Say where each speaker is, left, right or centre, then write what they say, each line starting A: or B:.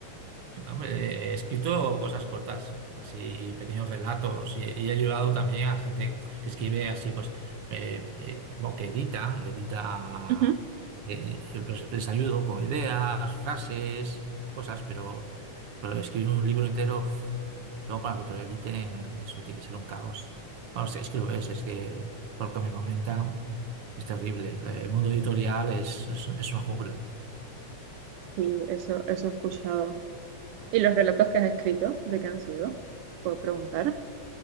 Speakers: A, on the right; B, on the right.
A: Hombre, he escrito cosas cortas, así pequeños relatos, y, he y he ayudado también a gente que escribe así, pues, eh, eh, bueno, que edita, edita,
B: Ujú.
A: eh, eh, pues, les ayudo con ideas, frases, cosas, pero, pero escribir un libro entero, uf, luego para que te lo editen, eso tiene que ser un caos. Bueno, es que lo es, es que por lo que me comentan, es terrible. El mundo editorial es, es es una jungla.
B: Sí, eso, eso he escuchado. ¿Y los relatos que has escrito, de qué han sido? ¿Puedo preguntar?